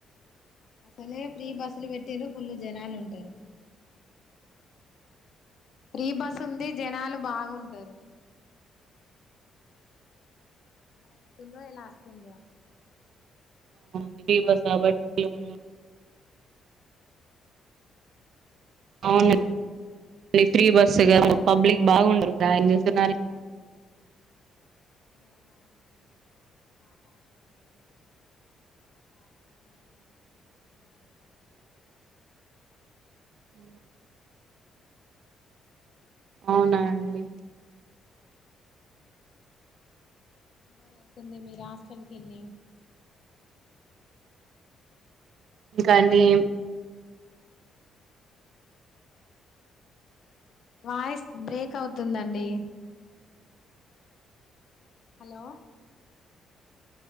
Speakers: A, on the left (about 60°); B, on the right (about 65°).
A: అసలే ఫ్రీ బస్సులు పెట్టిల్లు ఫుల్లు జనాలు ఉంటారు ఫ్రీ బస్ ఉంది జనాలు బాగుంటారు ఇలా వెల్తుండ్రో ఇలా వాస్తుతుండ్రు
B: అవును ఫ్రీ బస్ కాబట్టి మంది అవును
A: అందరు ఎటో ఎటో
B: ఫ్రీ బస్సుగా పబ్లిక్ బాగుంటరు <unintelligible>
A: అందరం బాగున్నామండి పాప హాస్టల్కి వెళ్ళింది బాబు ఇక్కన్నే ఇంటర్ అయిపోఇంది
B: అ అవునా అండి
A: ఎన్ని రోజులు అయితుంది మీరు హస్టల్ కి వెళ్ళి
B: ఇంకా నెం
A: వాయిస్ బ్రేక్ అవుతుందండి హలో